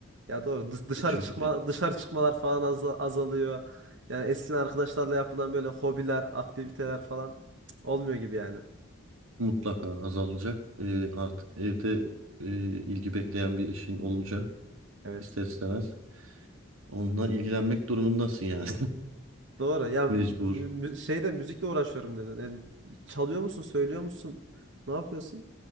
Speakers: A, on the right; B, on the right.
A: Ya doğru. Dış- Dışarı
B: E çünkü
A: çıkma
B: e,
A: dışarı çıkmalar falan az azalıyor. Yani eskiden arkadaşlarla yapılan böyle hobiler, aktiviteler falan cık, olmuyor gibi yani.
B: mutlaka azalacak. E, artık evde e, ilgi bekleyen bir eşin olunca
A: Evet.
B: ister istemez onunla ilgilenmek durumundasın yani.
A: Doğru.
B: <laughs>
A: Ya mü-
B: Mecbur.
A: mü- şeyde müzikle uğraşıyorum dedin. E, çalıyor musun, söylüyor musun? Ne yapıyorsun?